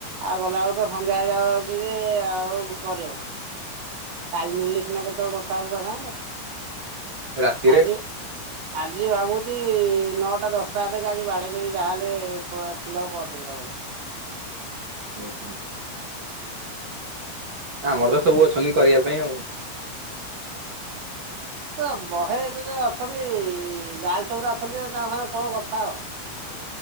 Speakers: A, on the right (about 70°); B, on the right (about 35°).
A: ଆଉ ଗଲାବେଳକୁ ତ ସନ୍ଧ୍ୟା ହେଇ ଯାଉ ଅଛି ଆଉ କରିହଉନି। ଟାଇମ ମିଳିଲେ ସିନା, କେତେବେଳେ କଥା ହବୁ କାହା ସାଙ୍ଗରେ।
B: ରାତିରେ?
A: ଆଜି ଆଜି ଭାବୁଛି, ନଅଟା ଦଶଟା ହାତେ କେ ଆଜି ବାଡେଇଦେବି ଯାହାହେଲେ, ପି-ଫିଲଅପ ପକେଇଦବ। ହଁ।
B: ହୁଁ ହୁଁ। ଆମର ତ ସବୁ ଅଛନ୍ତି କରିବା ପାଇଁ ଆଉ।
A: ଏ ବହେ ଏତେ ଯେ ଅଛନ୍ତି, ଗାର୍ଲସ ଗୁରା ଅଛନ୍ତି ଯେ, ତାଙ୍କ ସାଙ୍ଗରେ କଣ କଥା ହବ?